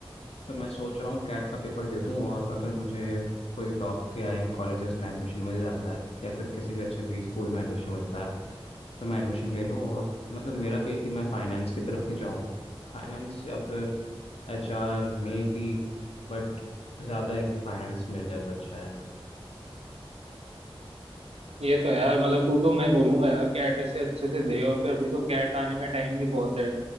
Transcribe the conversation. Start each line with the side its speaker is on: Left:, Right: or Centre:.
Left: तो मैं सोच रहा हूँ कैट का पेपर दे दूँ और अगर मुझे कोई टॉप के आईएम कॉलेजेस में एडमिशन मिल जाता है या फिर किसी भी अच्छे बी स्कूल में एडमिशन मिलता है तो मैं एडमिशन ले लूँ और मतलब मेरा भी है कि मैं फाइनेंस की तरफ ही जाऊँ फाइनेंस या फिर H R maybe But ज़्यादा है कि फाइनेंस मिल जाए तो अच्छा है
Right: ये तो यार मतलब तू तो मैं बोलूंगा यार कैट ऐसे अच्छे से दे और फिर अभी तो कैट आने में टाइम भी बहुत है